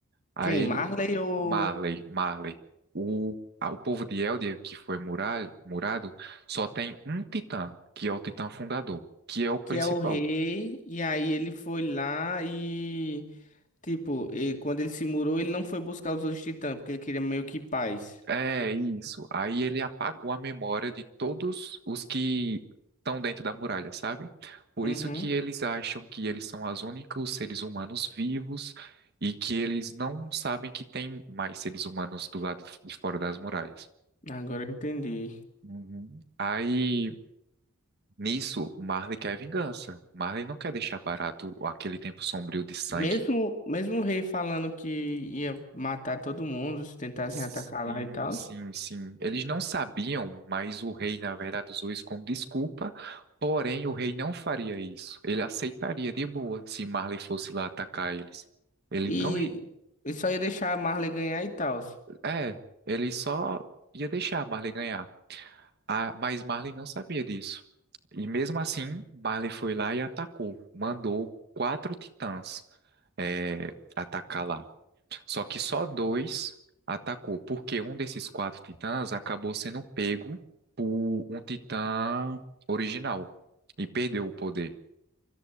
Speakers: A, on the right; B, on the left.
A: Aí
B: Quem? Marley ou
A: Marley, Marley. O, a- o povo de Eldia, que foi mura- murado, só tem um titã, que é o titã fundador, que é o principal.
B: que é o rei, e aí ele foi lá e tipo, e quando ele se murou, ele não foi buscar os outros titãs, porque ele queria meio que paz.
A: É isso. Aí ele apagou a memória de todos os que estão dentro da muralha, sabe? Por
B: Uhum.
A: isso que eles acham que eles são os únicos seres humanos vivos e que eles não sabem que tem mais seres humanos do lado de fora das muralhas.
B: Agora eu entendi.
A: Uhum. Aí. Nisso, Marley quer vingança. Marley não quer deixar barato aquele tempo sombrio de sangue.
B: Mesmo, mesmo o rei falando que ia matar todo mundo se tentassem
A: Sim,
B: atacar lá e tal.
A: sim, sim. Eles não sabiam, mas o rei, na verdade, usou isso como desculpa. Porém, o rei não faria isso. Ele aceitaria de boa se Marley fosse lá atacar eles. Ele
B: E
A: não ia...
B: e só ia deixar a Marley ganhar e tal.
A: É, ele só ia deixar Marley ganhar. Ah, mas Marley não sabia disso. E mesmo assim, Marley foi lá e atacou. Mandou quatro titãs, é, atacar lá. Só que só dois atacou, porque um desses quatro titãs acabou sendo pego por um titã original e perdeu o poder.